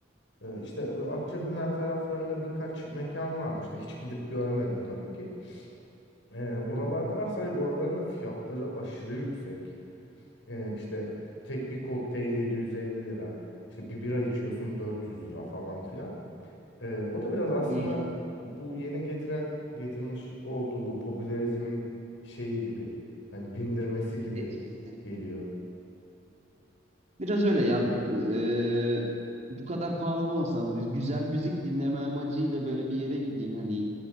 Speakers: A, on the left (about 70°); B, on the right (about 35°).
A: Ee, işte böyle Akçapınar taraflarında birkaç mekan varmış da hiç gidip görmedim tabii ki. Ee,
B: Hı
A: oralarda
B: hı.
A: var sadece oraların da fiyatları aşırı yüksek. Ee, işte tek bir kokteyl 750 lira. İşte bir bira içiyorsun 400 lira falan filan. Ee, o da biraz aslında
B: İyi,
A: bu yeni getiren getirmiş olduğu bu popülerizmin şeyi gibi hani bindirmesi gibi
B: Etkisi.
A: geliyor.
B: Biraz öyle ya. Eee, bu kadar pahalı olması lazım. Biz güzel müzik dinleme amacıyla böyle bir yere gideyim hani